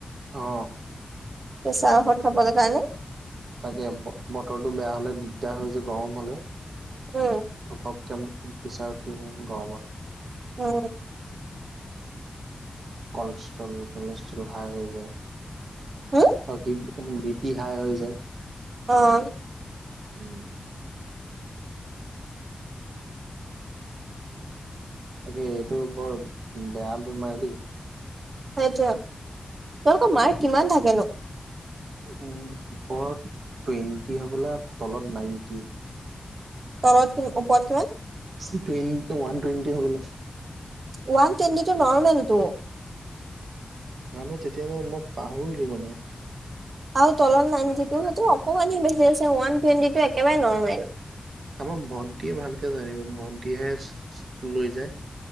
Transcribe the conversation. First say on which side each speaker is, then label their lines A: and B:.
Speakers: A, on the right; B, on the right.
A: অ
B: পেচা ঔষধ খাবলৈ কাৰণে
A: তাকে বতৰটো বেয়া হলে দিগদাৰ হৈ যে গৰম হলে
B: অ
A: ঘপককে প্ৰেচাৰ উঠি আহে গৰমত
B: অ
A: কলেষ্ট্ৰল কলেষ্ট্ৰল হাই হৈ যায়
B: হম
A: বি পি হাই হৈ যায়
B: অ
A: উম তাকে এইটো বৰ বেয়া বেমাৰ দেই
B: সেইটোৱে তোমালোকৰ মাৰ কিমান থাকেনো
A: উ ওপৰত টুৱেণ্টি হবলৈ তলত নাইনটি
B: তলত কিমান ওপৰত কিমান
A: টুৱেন্টি টো ওৱান টুৱেন্টি হ'ব লাগিছিল
B: ওৱান টুৱেণ্টিটো নৰ্মেলটো
A: জানো তেতিয়াহলে মই পাহৰিলো মানে
B: আৰু তলত নাইটি টো সেইটো অকণমানহে বেছি আছে ওৱান টুৱেণ্টি টো একেবাৰে নৰ্মেল
A: আমাৰ ভণ্টীয়ে ভালকে জানিব ভণ্টীয়েহে চচ লৈ যায়